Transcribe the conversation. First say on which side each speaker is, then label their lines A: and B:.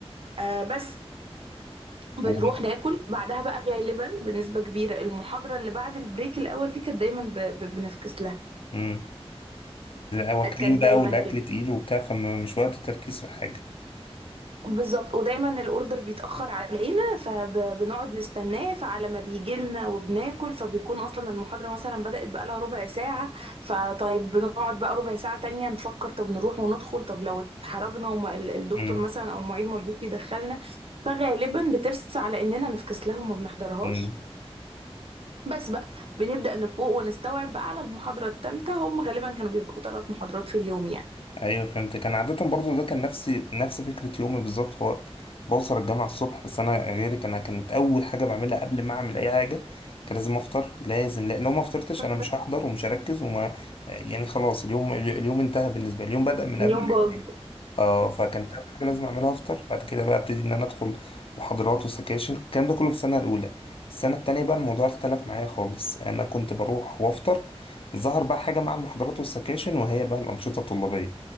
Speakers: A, on the right; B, on the left.
A: آه بس بنروح
B: و...
A: ناكل بعدها بقى غالبا بنسبه كبيره المحاضره اللي بعد البريك الاول دي كانت دايما ب- ب- بنفكس لها
B: مم. واكلين
A: كان
B: بقى
A: دايما
B: والأكل
A: كده
B: تقيل وبتاع فمش وقت تركيز في حاجة
A: بالظبط ودايما الاوردر بيتاخر علينا فبنقعد نستناه فعلى ما بيجي لنا وبناكل فبيكون اصلا المحاضره مثلا بدات بقالها ربع ساعه فطيب بنقعد بقى ربع ساعه تانية نفكر طب نروح وندخل طب لو اتحرجنا وما ال- الدكتور
B: مم.
A: مثلا او المعيد ما رضيش يدخلنا فغالبا بترسى على اننا نفكس لها وما بنحضرهاش
B: مم.
A: بس بقى بنبدا نفوق ونستوعب بقى على المحاضره الثالثه هم غالبا كانوا بيبقوا ثلاث محاضرات في اليوم يعني
B: ايوه فهمت كان عادة برضو ده كان نفسي نفس فكرة يومي بالظبط هو بوصل الجامعة الصبح بس انا غيرك انا كانت اول حاجة بعملها قبل ما اعمل اي حاجة كان لازم افطر لازم لا لو ما فطرتش
A: <laughs>
B: انا مش هحضر ومش هركز وما يعني خلاص اليوم اليوم انتهى بالنسبة لي اليوم بدأ من
A: اليوم
B: قبل ما
A: باظ
B: ينتهي اه فكانت اول حاجة لازم اعملها افطر بعد كده بقى ابتدي ان انا ادخل محاضرات وسكاشن الكلام ده كله في السنة الاولى السنة التانية بقى الموضوع اختلف معايا خالص انا كنت بروح وافطر ظهر بقى حاجة مع المحاضرات والسكاشن وهي بقى الأنشطة الطلابية